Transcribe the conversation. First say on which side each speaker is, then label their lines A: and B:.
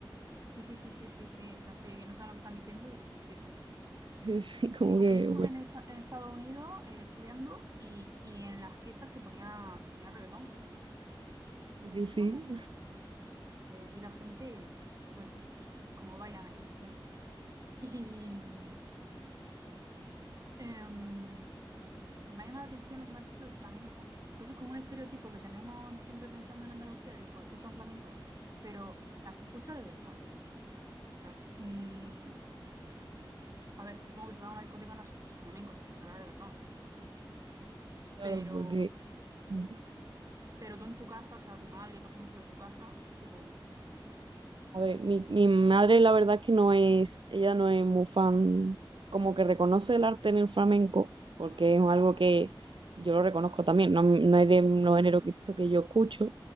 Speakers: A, on the right (about 40°); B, on the right (about 70°).
A: Sí, sí, sí, sí, sí, sí, se hace que no saben lo que están diciendo y sí, sí.
B: sí, sí, como
A: Sí, porque
B: que,
A: yo estuve
B: bueno,
A: en, esta- en Estados Unidos eh, estudiando y, y en las fiestas se ponía, se ponía reggaetón,
B: que sí,
A: vamos. Eh, allí la gente, bueno, co- como bailan allí, bueno. Y mm, em, me ha llamado la atención lo que me has dicho del flamenco, porque eso es como un estereotipo que tenemos siempre pensando en Andalucía de, pues, escuchan flamenco, pero, o sea, se escucha de verdad. O sea, mm, a ver, supongo que si vas a una discoteca no se escucha flamenco, se escuchará reggaetón.
B: claro,
A: Pero,
B: porque... mm.
A: pero tú en tu casa, o sea, tu madre, por ejemplo, en tu casa, ¿qué pone?
B: A ver, mi, mi madre la verdad es que no es, ella no es muy fan, como que reconoce el arte en el flamenco, porque es algo
A: Sí.
B: que yo lo reconozco también, no, no es de los géneros que, esto que yo escucho,